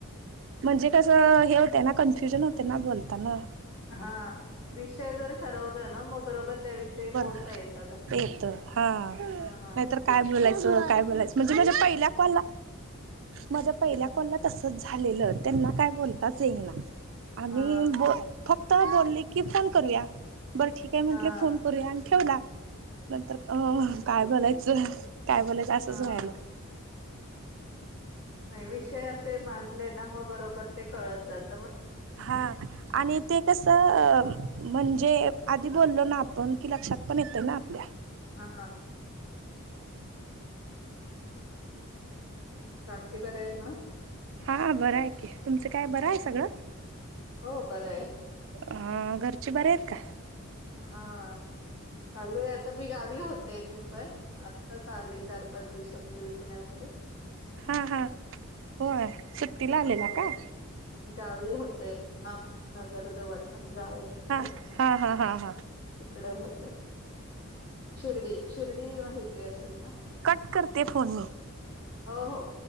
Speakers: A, on the right; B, on the left.
A: म्हणजे कसं हे होतं ना कन्फ्युजन होते ना बोलताना.
B: हा विषय जर ठरवलं ना मग बरोबर त्याविषयी
A: बर
B: बोलता येतात.
A: ते तर हा नाहीतर
B: हा
A: काय बोलायच. काय बोलायचं म्हणजे म्हणजे पहिल्या कॉल माझ्या पहिल्या कॉलला तसच झालेलं त्यांना काय बोलताच येईना. आम्ही
B: हा
A: ब फक्त बोलले की फोन करूया बर ठीक आहे म्हंटले
B: हा
A: फोन करूया ठेवला नंतर अ काय बोलायचं. काय बोलायचं असंच
B: हा.
A: व्हायल.
B: नाही विषय असे मानले ना मग बरोबर ते कळत जात.
A: हा आणि ते कस म्हणजे कधी बोललो ना आपण कि लक्षात पण येतोय ना आपल्या
B: हा बाकी बरं आहे मग
A: हा बरं आहे की तुमचं काय बरं आहे
B: हां.
A: सगळं
B: हो बरं आहे.
A: अा घरचे बरे आहेत का
B: हा चालूय आता मी गावी होते मी पण आत्ताच आले चार पाच दिवसापूर्वी पुण्यामध्ये आले आता काय बारा.
A: हा हा होय सुट्टी ला आलेला
B: हो
A: का
B: गावी होते आम नगर जवळ गाव आहे आमचं
A: हा हा हा हा हा
B: डे होत शिर्डी शिर्डी माहिती ते असेल ना
A: कट करते फोन मी.
B: हो हो